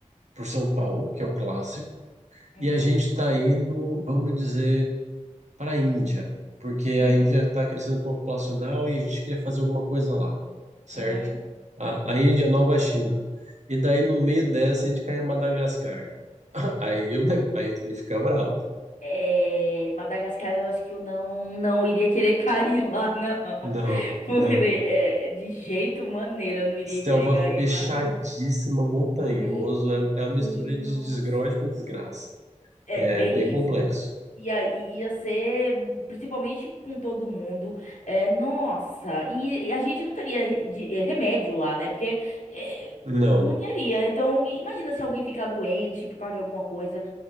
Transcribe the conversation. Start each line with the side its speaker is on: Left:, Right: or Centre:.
Right: por São Paulo, que é o clássico,
Left: Hum,
Right: e a gente está indo, vamos dizer. para a Índia, porque
Left: hum,
Right: a Índia está crescendo populacional e a gente queria fazer alguma coisa lá, certo?
Left: uhum.
Right: A, a Índia é a nova China. E daí, no meio dessa, a gente cai em Madagascar. <laughs> Aí eu, aí eu também fica bravo.
Left: É, Madagascar, eu acho que eu não, não iria querer <laughs> cair lá, não.
Right: Não, não,
Left: Porque é,
Right: mano.
Left: de jeito maneira eu não iria
Right: Selva
Left: querer cair
Right: fechadíssima,
Left: lá, não.
Right: montanhoso,
Left: Meu
Right: é, é uma mistura
Left: Deus.
Right: de desgrode com desgraça.
Left: É
Right: É
Left: bem
Right: bem complexo.
Left: isso. E aí ia ser, principalmente com todo mundo, é, nossa, e, e a gente não teria re- de- eh, remédio lá, né? Porque eh,
Right: Não.
Left: não teria. Então, i- imagina se alguém ficar doente por causa de alguma coisa.